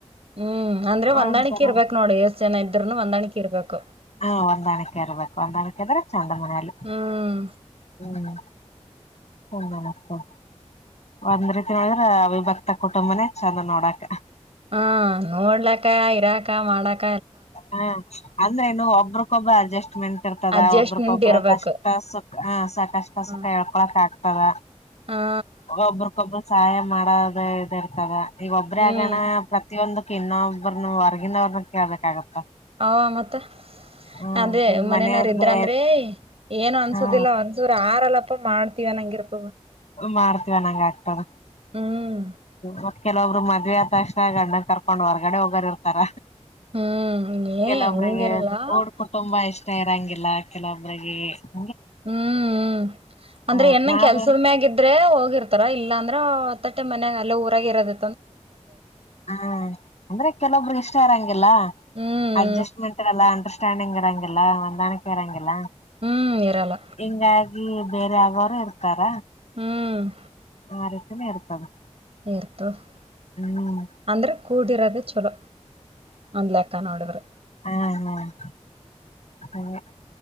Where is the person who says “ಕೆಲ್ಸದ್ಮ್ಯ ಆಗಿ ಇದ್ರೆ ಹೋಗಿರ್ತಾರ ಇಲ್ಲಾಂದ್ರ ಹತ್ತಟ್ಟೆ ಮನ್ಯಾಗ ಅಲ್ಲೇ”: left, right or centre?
Right